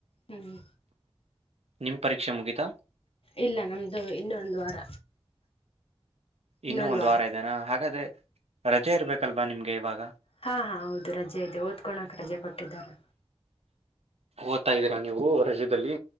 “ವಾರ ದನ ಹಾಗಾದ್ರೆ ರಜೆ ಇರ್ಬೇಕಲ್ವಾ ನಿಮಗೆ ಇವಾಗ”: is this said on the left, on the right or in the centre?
Right